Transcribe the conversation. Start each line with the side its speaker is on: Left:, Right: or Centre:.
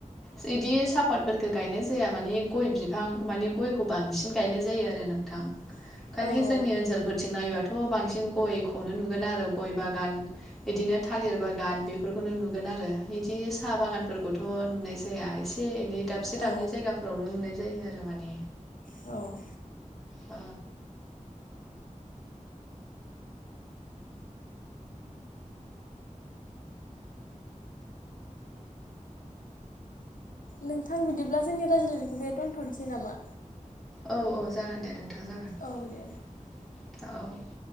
Centre: बिदि सापातफोरख गायनाय जाया मानिे गय बिफां माने गयखौ बांसिन गायनाय जायो आरो नोंथां
Left: <inaudible>
Centre: खालि
Left: औ
Centre: जोंनि ओनसोलफोरथिं नायोबाथ' बांसिन गयखौनो नुगोन आरो गय बागान बिदिनो थालिर बागान बेफोरखौनो नुगोन आरो बिदि साहा बागानफोरखौथ' नुनाय जाया एसे एनै दाबसे
Left: औ
Centre: दाबनै जायगाफोर फोरावलनो नुनाय जायो आरो माने
Left: औ
Centre: अ
Left: नोंथां बिदिब्ला जोंनि रायज्लायनायखौ बे दोनथ'नोसै नामा
Centre: औ औ जागोन दे नोंथां जागोन।
Left: औ दे।
Centre: औ।